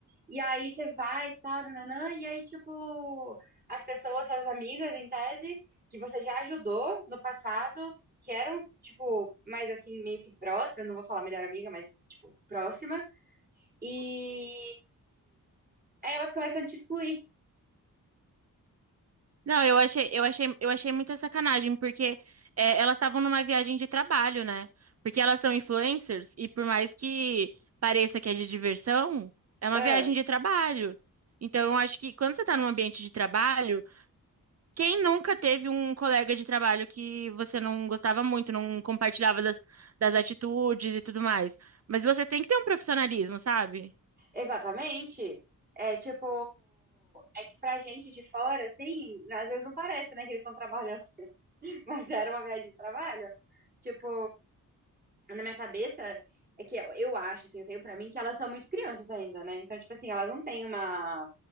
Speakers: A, on the right; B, on the right.
A: E aí você vai e tal, nananã, e aí, tipo, as pessoas, suas amigas, em tese, que você já ajudou no passado, que eram, tipo, mais assim, meio que próximas, não vou falar melhor amiga, mas, tipo, próxima, e Aí elas começam a te excluir.
B: Não, eu achei, eu achei, eu achei muita sacanagem, porque é, elas estavam numa viagem de trabalho, né? Porque elas são influencers e por mais que pareça que é de diversão, é uma
A: Ah,
B: viagem de trabalho. Então, eu acho que quando você está num ambiente de trabalho, quem nunca teve um colega de trabalho que você não gostava muito, não compartilhava das, das atitudes e tudo mais? Mas você tem que ter um profissionalismo, sabe?
A: exatamente. É tipo, é que pra gente de fora, assim, às vezes não parece, né, que eles estão trabalhando, <laughs> mas era uma viagem de trabalho. Tipo, na minha cabeça, é que eu, eu acho, assim, eu tenho pra mim que elas são muito crianças ainda, né? Então, tipo assim, elas não têm uma,